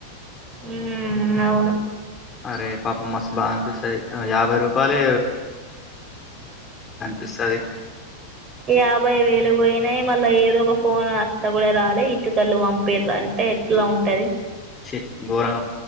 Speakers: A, on the right; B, on the left.
A: ఉమ్ అవును
B: అరే పాపం మస్తు బాధ అనిపిస్తది యాభై రూపాయలే పిస్తది
A: యాభై వేలు పోయినయి మళ్ళా ఏదో ఒక ఫోన్ అట్ల కూడ రాలే ఇట్టుకలు పంపిరంటే ఎట్లా ఉంటది
B: ఛి గోరం